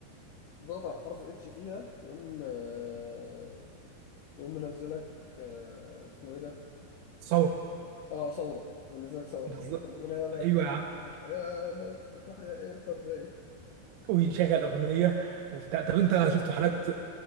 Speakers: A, on the left; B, on the right.
A: كنت بضغط على حرف اتش فيها يقوم آه، يقوم منزلك آه، اسمه ايه ده
B: ثوره
A: اه ثوره منزلك ثوره
B: بالظبط
A: وكان اغنيه ولا
B: ايوه
A: تحيا
B: يا عم
A: يا مصر تحيا ايه الحريه
B: ويشغل اغنيه وبتاع طب
A: تديك
B: انت
A: ميدان التحرير
B: شفت محلات